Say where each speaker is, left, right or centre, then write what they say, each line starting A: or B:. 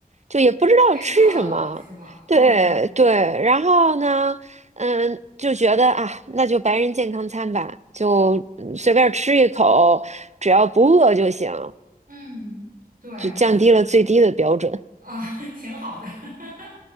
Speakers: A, on the right; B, on the right.
A: 就也不知道吃什么。
B: 太热了，是吧？
A: 对对，
B: 嗯
A: 然后呢，嗯，就觉得啊，那就白人健康餐吧，就嗯随便吃一口，只要不饿就行。
B: 嗯，对，
A: 就降低了最低的标准。
B: 是啊，<laughs> 挺好的。<laughs>